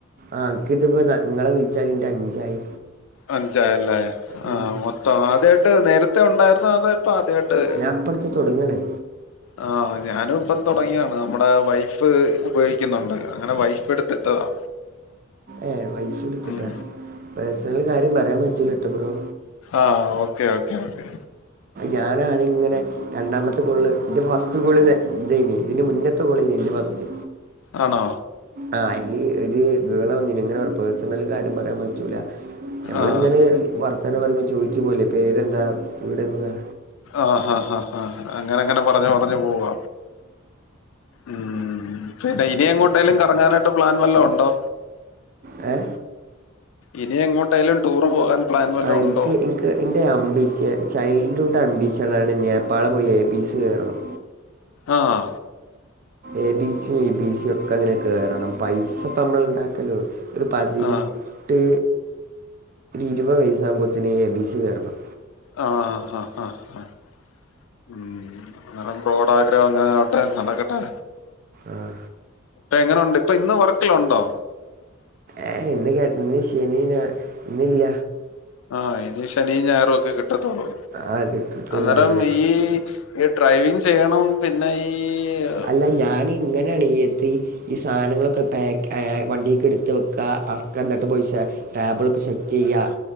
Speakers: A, on the right; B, on the left.
A: ആഹ് ഇൻക്ക്തിപ്പ ത ങ്ങളെ വിൾച്ചാല് ന്റെ അഞ്ചായി.
B: അഞ്ചായല്ലേ
A: ഉം.
B: ആഹ മൊത്തം- ആദ്യായിട്ട് നേരത്തെ ഉണ്ടായിരുന്നോ അതോ ഇപ്പോ ആദ്യായിട്ട്-
A: ഞാൻ ഇപ്പം തുടങ്ങണേ.
B: ആ ഞാനും ഇപ്പം തുടങ്ങിയാണ് നമ്മുടെ വൈഫ്- ഉപയോഗിക്കുന്നുണ്ട്. അങ്ങനെ വൈഫ് എടുത്തെടുത്തതാ.
A: ഏ വൈഫ് എടുത്തിട്ടാ
B: ഉം
A: പേഴ്സണൽ കാര്യം പറയാൻ പറ്റൂലോ ഇട്ടപ്രോ.
B: ആഹ ഓക്കെ ഓക്കെ ഓക്കെ.
A: ഞാനാദ്യം ഇങ്ങനെ, രണ്ടാമത്തെ കോള്ള് എന്റെ ഫസ്റ്റ് കോൾ ഇത- ഇതെന് ഇതിന് മുന്നേ- ത്തെ കോളിനി എന്റ ഫസ്റ്റ്.
B: ആണോ.
A: ആ അയില് ഇത് ഗേളാ വന്നിനെ- ഇങ്ങനെ പറ പേഴ്സണല് കാര്യം പറയാൻ പറ്റൂല. ഞമ്മള്
B: ആഹ്
A: ഇങ്ങനെ വർത്താനം- പറയുമ്പോ ചോയിച്ചു പോലെ- പേരെന്താ വീടെവിട-
B: ആഹ ഹാ ഹാ ഹാ അങ്ങന അങ്ങന പറഞ്ഞു പറഞ്ഞു പോവ്വ. ഉം പിന്നെ ഇനി എങ്ങോട്ടേലും- കറങ്ങാനാട്ട് പ്ലാൻ വല്ലോ ഒണ്ടോ?
A: ഹേ...
B: ഇനി എങ്ങോട്ടേലും ടൂറ് പോകാൻ- പ്ലാൻ വല്ലതും
A: ആ എനിക്ക്
B: ഉണ്ടോ
A: എ- നക്ക് എൻ്റെ അംമ്പീഷ, ചൈൽഡ്ഹുഡ് അംമ്പീഷനാണ്- നേപ്പാള പോയി എ. ബി. സി കയറണം.
B: ആഹാ..
A: A. B. C, E. B. C ഒക്ക- അങ്ങനെ കയറണം പൈസ ഇപ്പ നമ്മള് ഉണ്ടാക്കനോ? ഒരു പതിനെട്ട്,
B: ആ
A: ഇരുപത് വയസ്സാകുമ്പോഴത്തേന് എ. ബി. സി കേറണം.
B: ആഹ ആഹാ ആഹാ... ഉം അന്നരം ബ്രോടാഗ്രഹം അങ്ങനെ ആവട്ടെ നടക്കട്ടെ.
A: ആഹാ..
B: ഇപ്പ എങ്ങനോണ്ട് ഇപ്പോ ഇന്ന് വർക്കില് ഒണ്ടോ?
A: ഏഹ ഇന്ന് കേട്ട ഇന്ന് ശനി ഞാ- ഇന്നില്ല.
B: ആഹ ഇനി ശനിയും ഞായറു ഒക്കെ കിട്ടത്തോള്ളൂ
A: ആ കിട്ടിട്ടുള്ളൂ
B: അന്നരം
A: അങ്ങനെ
B: ഈ- ഇ ഡ്രൈവിങ് ചെയ്യണം, പിന്നെ ഈ-
A: അല്ല ഞാനിങ്ങനാണ് ത് ഈ ഈ.. സാധനങ്ങളൊക്കെ- പാക്ക് ഹാ വണ്ടിക്ക് എടുത്ത്- വെക്ക്ക ആഹാ, എന്നട്ട് പോയി സ- ടാബിളൊക്കെ സെറ്റ് ചെയ്യ.